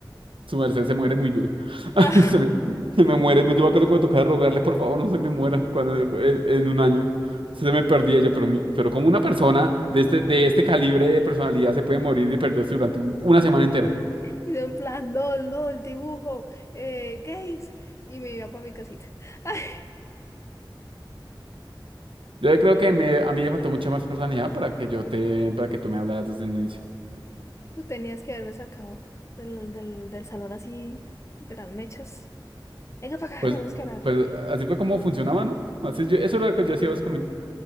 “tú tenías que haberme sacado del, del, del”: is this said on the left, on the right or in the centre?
Left